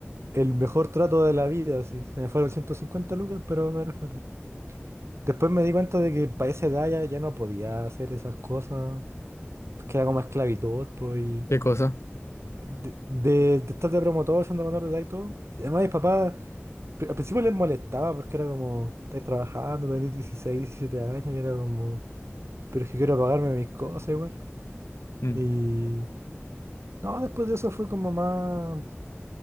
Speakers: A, on the right; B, on the left.
A: el mejor trato de la vida, sí. Se me fueron 150 lucas, pero me era feliz. Después me di cuenta de que para esa edad ya, ya no podía hacer esas cosas. pues queda como esclavitud, pues. y
B: ¿Qué cosa?
A: De, de, de estar de promotor, siendo menor de edad y todo. Además, mis papás pri- al principio les molestaba porque era como, estáis trabajando, tenéis 16 17 años, y era como, pero es que quiero pagarme mis cosas igual.
B: Mm.
A: Y. No, después de eso fue como más.